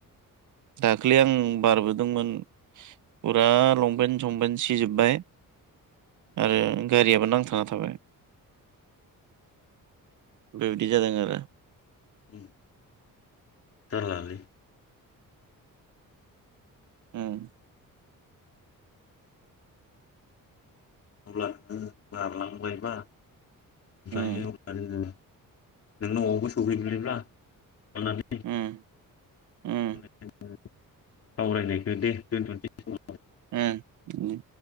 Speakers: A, on the right; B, on the left.
A: दाखलै आं बारबोदोंमोन। फुरा लंपेन संपेत सिजोबबाय आरो गारियाबो नांथाना थाबाय बेबायदि जादों आरो
B: उम जालालै
A: उम
B: अब्ला नोङो बारलांबायबा ओफ्रायो
A: उम
B: अब्ला नोङो नों नवावबो सहैबायब्ला <unintelligible> अ <unintelligible>
A: उम उम
B: <unintelligible> सावरायनायखौ दे दोनथ'सै
A: ओं बिदिनो